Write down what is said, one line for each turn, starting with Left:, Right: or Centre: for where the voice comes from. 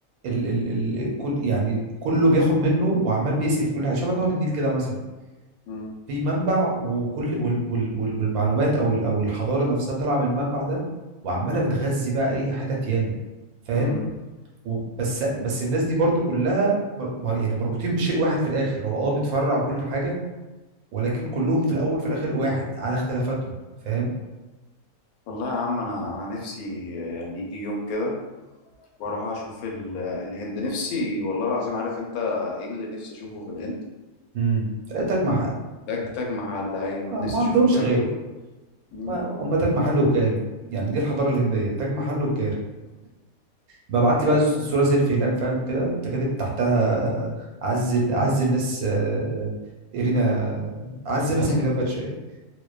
Right: ال ال ال كل يعني كله بياخد منه وعمال بيسقي في كل حاجه شبه نهر النيل كده مثلا
Left: مم.
Right: في منبع وكل وال وال وال والمعلومات او ال- او الحضاره نفسها طالعه من المنبع ده وعماله بتغذي بقى ايه حتت ياما فاهم
Left: مم.
Right: و- بس بس الناس دي برضو كلها مر- مر- يعني مربوطين بشيء واحد في الاخر هو اه متفرع وكل حاجه ولكن كلهم في الاول في الاخر واحد على اختلافاتهم فاهم
Left: والله يا عم أنا أنا نفسي يعني يجي يوم كده وأروح أشوف ال- الهند نفسي والله العظيم عارف أنت إيه اللي نفسي أشوفه في الهند
Right: امم تاج محل
Left: تاج تاج محل أيوه
Right: آه،
Left: نفسي
Right: ما عندهمش
Left: أشوفه بعيني
Right: غيره
Left: مم.
Right: ما هم تاج محل وكاري يعني دي الحضاره الهنديه تاج محل وكاري ببعت
Left: مم.
Right: لي بقى الصوره سيلفي هناك فاهم كده انت كاتب تحتها عز عز الناس آه، ايرينا عز الناس
Left: <laughs>
Right: حميدة باتشاي